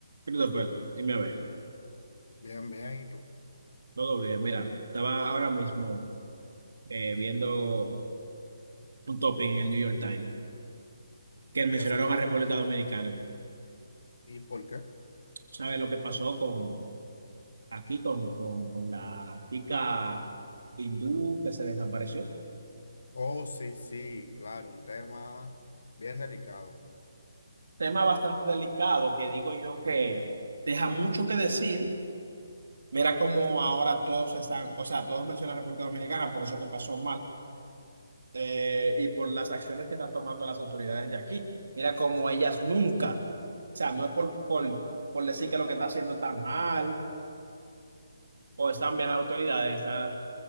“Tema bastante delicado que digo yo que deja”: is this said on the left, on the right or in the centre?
Right